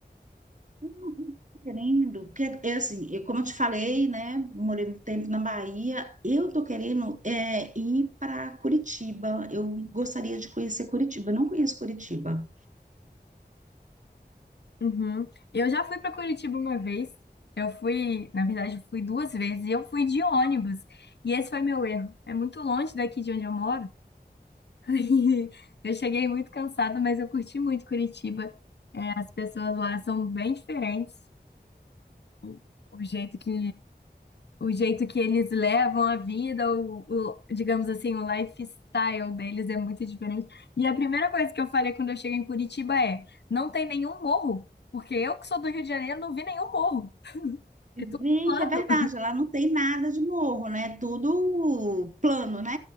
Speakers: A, on the right; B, on the left.
A: Eu não tô Querendo, porque é assim, eu, como eu te falei, né? Morei muito tempo na Bahia. Eu tô querendo é, ir para Curitiba. Eu gostaria de conhecer Curitiba. Eu não conheço Curitiba.
B: Uhum. Eu já fui para Curitiba uma vez. Eu fui, na verdade, eu fui duas vezes e eu fui de ônibus. E esse foi meu erro. É muito longe daqui de onde eu moro. <laughs> Eu cheguei muito cansada, mas eu curti muito Curitiba. As pessoas lá são bem diferentes. O, o jeito que, o jeito que eles levam a vida, o, o- digamos assim, o lifestyle deles é muito diferente. E a primeira coisa que eu falei quando eu cheguei em Curitiba é: não tem nenhum morro, porque eu que sou do Rio de Janeiro não vi nenhum morro.
A: Gente,
B: É tudo plano.
A: é verdade, lá não tem nada de morro, né? É tudo plano, né?